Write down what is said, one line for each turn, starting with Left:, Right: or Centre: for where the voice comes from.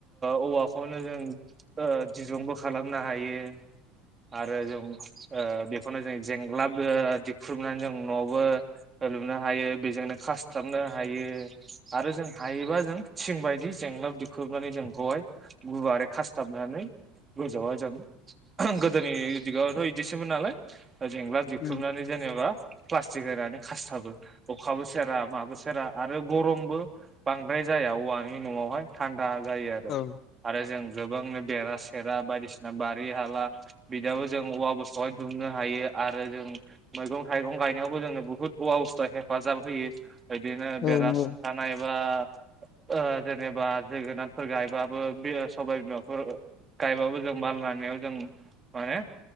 Right: ओ औवाखौनो जों ओ ओ दिरुंबो खालामनो हायो। आरो जों ओ बेखौनो जों जेंग्लाब दिख्रुबनानै जों न'बो लुनो हायो बेजोंनो खास थाबनो हायो आरो जों हायोबा जों थिं बायदि जेंलाब दिख्रुबनानै जों बेखौहाय गुवारै खासथाबनानै गोजावाजां गोदोनि दिगावथ बिदिसोमबो नालाय जेंला दिख्रुबनानै
Left: उम
Right: जेनेबा प्लास्टिक होनानै खासथाबो अखाबो सेरा माबो सेरा आरो गरमबो बांद्राय जाया औवानि न'वावहाय था स्रां जायो आरो
Left: औ
Right: आरो जों गोबांनो बेरा सेरा बायदिसिना बारि हाला बिदाबो जों औवा बुस्थुहाय दुमनो हायो। आरो जों मैगं थाइगं गायनायावबो जोंनो बुहुत औवा बुस्थुवा हेफाजाब होयो। बिदिनो बेरा
Left: औ नंगौ
Right: सुंथानाय एबा ओ जेनेबा जोगोनारफोर गायबाबो बे सबाय बिमाफोर गायबाबो जों माल लानायाव जों माने